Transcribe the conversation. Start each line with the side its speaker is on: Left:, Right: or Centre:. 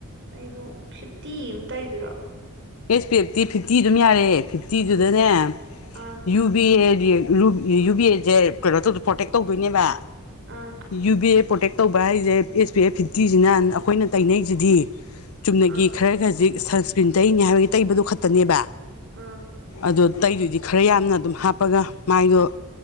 Right: ꯑꯩꯕꯨ ꯐꯤꯐꯇꯤ ꯑꯃ ꯇꯩꯗꯣꯏꯔꯣ
Left: ꯑꯦꯁ ꯄꯤ ꯑꯦꯐꯇꯤ ꯐꯤꯞꯇꯤ ꯑꯗꯨꯝ ꯌꯥꯔꯦ ꯐꯤꯐꯇꯤꯗꯨꯗꯅꯦ
Right: ꯑꯥ
Left: ꯌꯨ ꯕꯤ ꯑꯦ ꯗꯤ ꯔꯨꯕꯤ ꯌꯨ ꯚꯤ ꯑꯦꯖꯦ ꯀꯩꯅꯣ ꯇꯧ ꯄ꯭ꯔꯣꯇꯦꯛ ꯇꯧꯗꯣꯏꯅꯦꯕ
Right: ꯑꯥ
Left: ꯌꯨꯕꯤ ꯑꯦ ꯄꯣꯔꯇꯦꯛ ꯇꯧꯕ ꯍꯥꯏꯁꯦ ꯑꯦꯁ ꯄꯤ ꯑꯦꯐ ꯐꯤꯐꯇꯤꯁꯤꯅ ꯑꯩꯈꯣꯏꯅ ꯇꯩꯅꯩꯅꯩꯁꯤꯗꯤ ꯆꯨꯝꯅꯒꯤ
Right: ꯑꯥ
Left: ꯈꯔ ꯈꯖꯤꯛ ꯁꯟꯁꯀ꯭ꯔꯤꯟ ꯇꯩꯅꯤ ꯍꯥꯏꯕꯒꯤ ꯇꯩꯕꯗꯣ ꯈꯛꯇꯅꯦꯕ
Right: ꯑꯥ
Left: ꯑꯗꫭ ꯇꯩꯗꯨꯗꯤ ꯈꯔ ꯌꯥꯝꯅ ꯑꯗꯨꯝ ꯍꯥꯞꯄꯒ ꯃꯥꯏꯗꯣ